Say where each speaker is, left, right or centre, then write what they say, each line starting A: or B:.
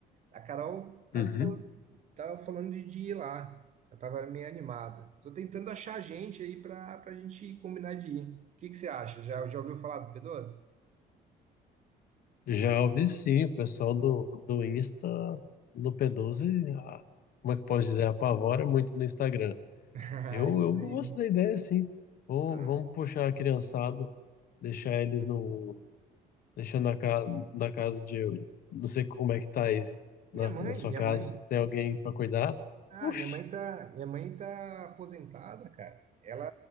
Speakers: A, on the right; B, on the left.
A: A Carol tava
B: Uhum.
A: falando, tava falando de, de ir lá. Eu tava meio animada. Tô tentando achar gente aí pra, pra gente combinar de ir. O que que você acha? Já, já ouviu falar do P12?
B: Já ouvi sim, o pessoal do, do Insta, no P12, a- como é que eu posso dizer, apavora muito no Instagram.
A: <laughs> Ah,
B: Eu,
A: Isso
B: eu gosto
A: aí.
B: da ideia, sim. Vamos,
A: Ah,
B: vamos puxar a criançada, deixar eles no deixando na, ca... na casa de. Não sei como é que tá aí
A: minha
B: na,
A: mãe,
B: na sua
A: minha
B: casa.
A: mãe.
B: Tem alguém pra cuidar?
A: Ah,
B: Puxa,
A: minha mãe tá, minha mãe tá aposentada, cara. Ela,